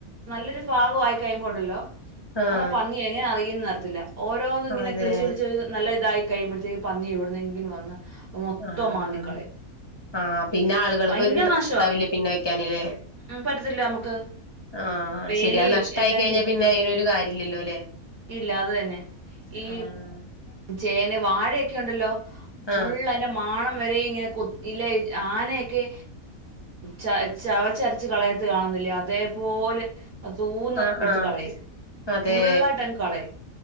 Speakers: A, on the right; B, on the left.
A: നല്ലൊരു ഭാഗായി കഴുമ്പോ ഉണ്ടല്ലോ
B: ആഹ്
A: അതാ പന്നി എങ്ങനെ അറിയുന്ന് അർയത്തില്ല ഓരോന്നും ഇങ്ങനെ
B: അതെ
A: കിളിച്ച് കിളിച്ച് നല്ല ഇതായി കഴിയുമ്പോഴത്തേക്കും പന്നി എവിടുന്നെങ്കിലും വന്ന് അത് മൊത്തം
B: ആഹ്
A: മാന്തിക്കളയും
B: ആ പിന്നെ ആള് <unintelligible>
A: ഭയങ്കര
B: ഇൻട്രസ്റ്റ്
A: നാശമാ
B: ഉണ്ടാവില്ലേ പിന്നെ വെക്കാനല്ലേ
A: ഉം ഉം പറ്റത്തില്ല നമുക്ക്
B: ആഹ്
A: വേലി
B: ശരി അത് നഷ്ടയിക്കഴിഞ്ഞാ
A: എല്ലാം കെറ്റി
B: പിന്നെ
A: വെക്കാം
B: അയിനൊരു കാര്യം ഇല്ലല്ലോ ഇല്ലേ
A: ഇല്ല അത് തന്നെ
B: ആഹ്
A: ഈ ചേന വാഴയൊക്കെ ഉണ്ടല്ലോ ഫുൾ
B: ആഹ്
A: അയ്ന്റെ മാണം വരെ ഇങ്ങനെ കൊ ഇല്ലേ ആനയൊക്കെ ച ചവച്ചരച്ച് കളയത്ത് കാണുന്നില്ല അതേ പോലെ സൂന്ന്
B: ആഹ്
A: എടുത്ത്
B: ആഹ്
A: കളയും
B: അതെ
A: ഫുള്ളായിട്ട് അങ്ങ് കളയും